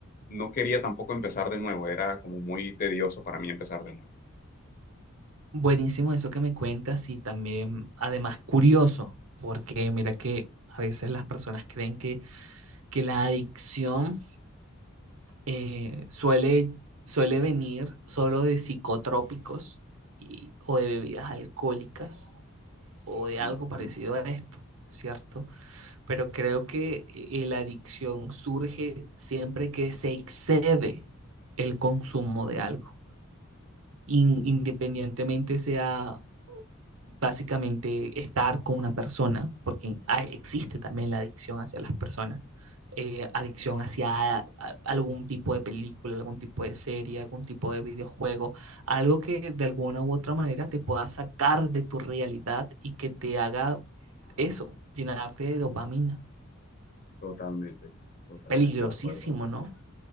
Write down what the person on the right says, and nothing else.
Buenísimo eso que me cuentas y también, además, curioso, porque mira que a veces las personas creen que, que la adicción eh, suele, suele venir solo de psicotrópicos y, o de bebidas alcohólicas o de
algo parecido a esto, ¿cierto? pero creo que eh, la adicción surge siempre que se excede el consumo de algo, in- independientemente sea básicamente estar con una persona, porque hay- existe también la adicción hacia las personas, eh, adicción hacia a- algún tipo de película, algún tipo de serie, algún tipo de videojuego, algo que de alguna u otra manera te pueda sacar de tu realidad y que te haga eso, llenarte de dopamina.
peligrosísimo,
¿no?